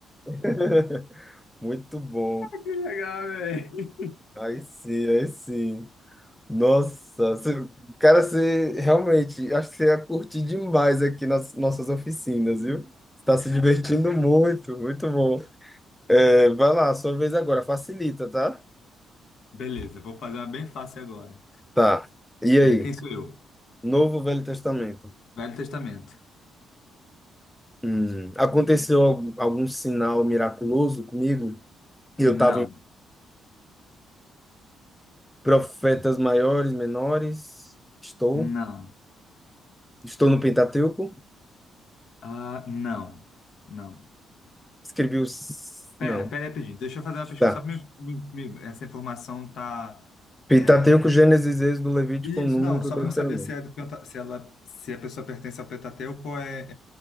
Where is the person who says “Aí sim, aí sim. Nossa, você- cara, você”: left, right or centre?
Centre